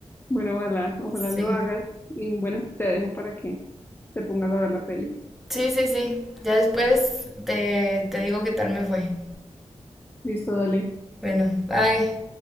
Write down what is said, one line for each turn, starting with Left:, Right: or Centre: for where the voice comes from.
Left: Bueno, ojalá, ojalá
Centre: sí.
Left: lo hagas. Y bueno, te dejo para que te pongas a ver la peli.
Centre: Sí, sí, sí. Ya después te, te digo qué tal me fue.
Left: Listo, dale.
Centre: Bueno, bye.